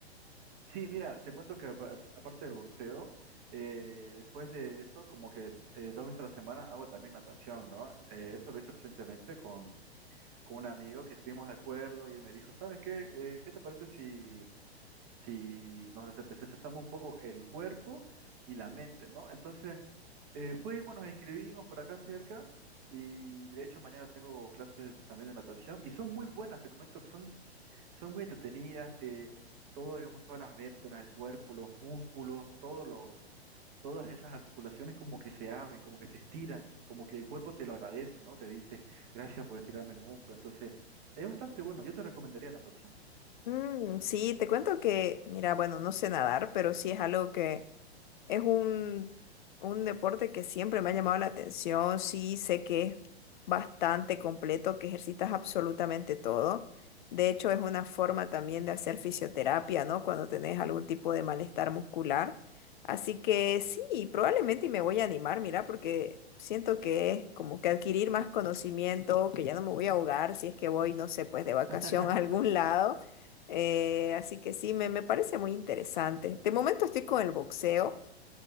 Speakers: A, on the right; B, on the left.
A: Sí, mira, te cuento que apa- aparte del boxeo, eh, después de eso, como que eh, dos veces a la semana hago también natación, ¿no? Eh, eso lo hice recientemente con, con un amigo que estuvimos de acuerdo y él me dijo, ¿sabes qué? Eh, ¿qué te parece si... si nos des- desestresamos un poco el cuerpo y la mente, ¿no? Entonces, eh, fuimos, nos inscribimos por acá cerca y de hecho mañana tengo clases también de natación y son muy buenas, te comento que son, son muy entretenidas, te, todo, digamos, todas las vértebras del cuerpo, los músculos, todo lo- todas esas articulaciones como que se abren, como que se estiran, como que el cuerpo te lo agradece, ¿no? Te dice, gracias por estirarme el músculo. Entonces, es bastante bueno, yo te recomendaría natación.
B: Mm, sí, te cuento que, mira, bueno, no sé nadar, pero sí es algo que Es un, un deporte que siempre me ha llamado la atención. Sí, sé que es bastante completo, que ejercitas absolutamente todo. De hecho, es una forma también de hacer fisioterapia, ¿no? Cuando tenés algún tipo de malestar muscular. Así que sí, probablemente me voy a animar, mira, porque siento que es como que adquirir más conocimiento, que ya no me voy a ahogar si es que voy, no sé, pues de vacación
A: <laughs>
B: a algún lado. Eh, así que sí, me, me parece muy interesante. De momento estoy con el boxeo.